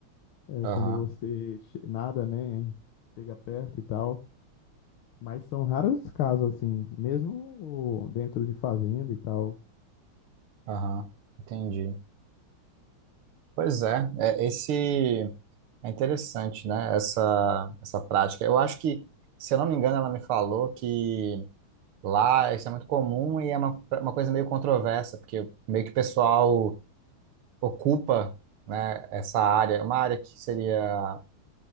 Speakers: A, on the left; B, on the right.
A: é,
B: aham,
A: quando você che- nada, né? Chega perto e tal. Mas são raros os casos, assim, mesmo dentro de fazenda e tal.
B: aham, entendi. Pois é, é esse é interessante, né? Essa essa prática. Eu acho que, se eu não me engano, ela me falou que lá isso é muito comum e é uma, uma coisa meio controversa, porque meio que o pessoal ocupa, né, essa área, uma área que seria